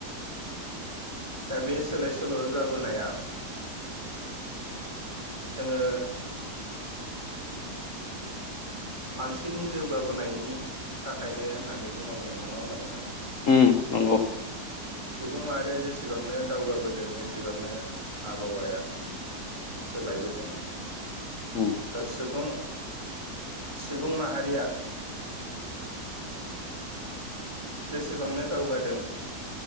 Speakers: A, on the right (about 15°); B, on the left (about 55°).
A: दा बे सोलाय सोल' जाबोनायाव जोङो मानसिनि जौगाबोनायनि थाखायनो होननानै बुंनांगोन नङा होमबा नोंथां।
B: उम नंगौ।
A: सुबुं माहारिया जेसेबांनो दावगाबोदों एसेबांनो आबहावाया सोलायबोदों
B: उम
A: सुबुं सुबुं माहारिया जेसेबांनो दावगादों